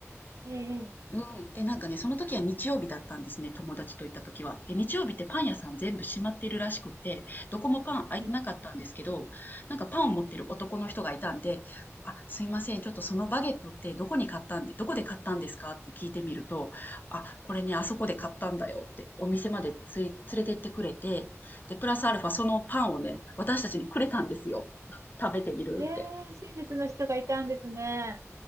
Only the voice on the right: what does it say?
ええ、
ええ、
ええ親切の人がいたんですね。